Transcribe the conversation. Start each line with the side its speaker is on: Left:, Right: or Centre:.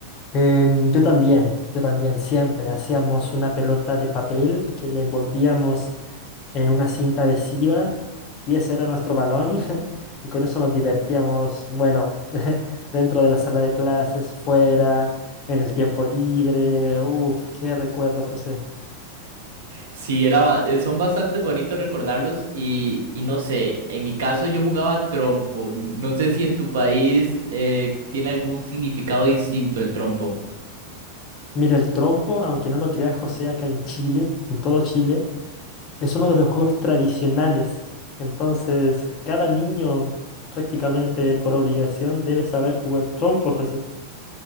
Left: Em, yo también, yo también, siempre hacíamos una pelota de papel que le envolvíamos en una cinta adhesiva y ese era nuestro balón <laughs> y con eso nos divertíamos, bueno, <laughs> dentro de la sala de clases, fuera, en el tiempo libre. Uf, qué recuerdo, José.
Right: Sí, era, ba- eh, son bastante bonitos recordarlos y, y no sé, en mi caso yo jugaba trompo. No sé si en tu país eh, tiene algún significado distinto el trompo.
Left: Mira, el trompo, aunque no lo creas, José, acá en Chile, en todo Chile, es uno de los juegos tradicionales. Entonces, cada niño prácticamente por obligación debe saber jugar trompo, José.